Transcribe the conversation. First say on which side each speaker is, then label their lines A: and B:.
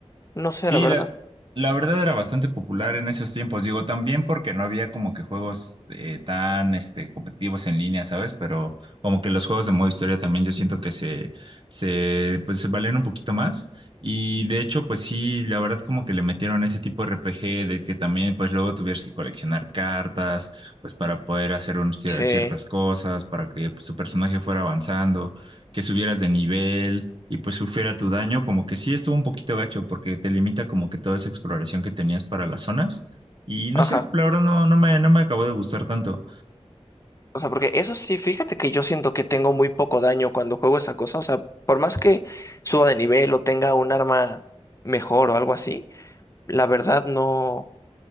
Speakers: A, on the left; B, on the right.
A: no sé,
B: Sí,
A: la verdad.
B: la, la verdad era bastante popular en esos tiempos, digo, también porque no había como que juegos eh, tan este, competitivos en línea, ¿sabes? Pero como que los juegos de modo historia también yo siento que se, se, pues, se valieron un poquito más. Y de hecho, pues sí, la verdad como que le metieron ese tipo de RPG de que también pues luego tuvieras que coleccionar cartas, pues para poder hacer un cier-
A: Sí,
B: ciertas cosas, para que pues, tu personaje fuera avanzando que subieras de nivel y pues sufriera tu daño, como que sí estuvo un poquito gacho porque te limita como que toda esa exploración que tenías para las zonas. Y no
A: ajá.
B: sé, la verdad no, no me, no me acabó de gustar tanto.
A: O sea, porque eso sí, fíjate que yo siento que tengo muy poco daño cuando juego esa cosa. O sea, por más que suba de nivel o tenga un arma mejor o algo así, la verdad no.